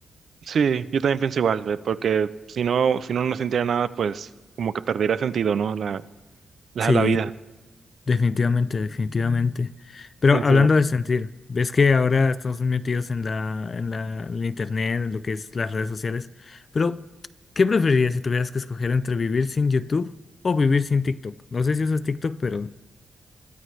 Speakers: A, on the right; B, on the left.
A: Sí, yo también pienso igual, eh, porque si no, si no, no sintiera nada, pues como que perdería sentido, ¿no? La, la,
B: Sí,
A: la vida.
B: definitivamente, definitivamente. Pero
A: Pienso
B: hablando de sentir, ves que ahora estamos muy metidos en la, en la, en el internet, en lo que es las redes sociales. Pero, ¿qué preferirías si tuvieras que escoger entre vivir sin YouTube o vivir sin TikTok? No sé si usas TikTok, pero